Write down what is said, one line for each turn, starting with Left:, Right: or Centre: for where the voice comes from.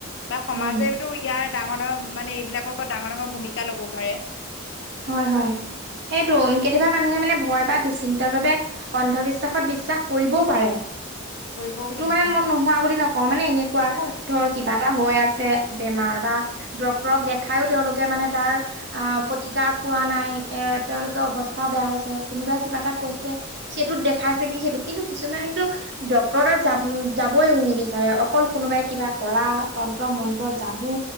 Left: বা সমাজেেতো
Right: উম
Left: ইয়াৰ ডাঙৰ ডাঙৰ মানে এইবিলাকৰ ওপৰত ডাঙৰ ডাঙৰ ভূমিকা লব পাৰে
Right: হয় হয় সেইটো কেতিয়াবা মানুহে মানে ভয় বা দুচিন্তাৰ বাবে অন্ধবিশ্বাসত বিশ্বাস কৰিবও পাৰে
Left: কৰিবও
Right: সেইটো
Left: পাৰে
Right: মানে মন নোহোৱা বুলি নকওঁ মানে এনেকুৱা
Left: অ
Right: ধৰ কিবা এটা হৈ আছে বেমাৰ বা ড্ক্তৰক দেখাইো তেওঁলোকে মানে তাৰ টীিকা পোৱা নাই তেওঁলোকৰ অৱস্থাও বেয়া হৈছে কোনোবাই কিবা এটা কৈছে সেইটোত দেখাইছে কি সেইটো কিন্তু কিছুমানতো ডক্তৰ তাত যাব যাবই নিবিচাৰে অকল কোনোবাই কিবা কৰা তন্ত্ৰ মন্ত যাদু